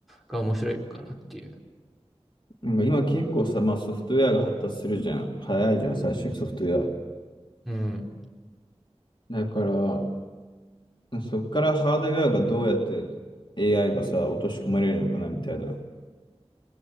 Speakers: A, in the centre; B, on the left (about 45°).
A: が面白いかなっていう。
B: なんか今結構さ、まあソフトウェアが発達するじゃん。早いじゃん、最初にソフトウェア。
A: うん。
B: だから、そっからハードウェアがどうやって AI がさ、落とし込まれるのかなみたいな。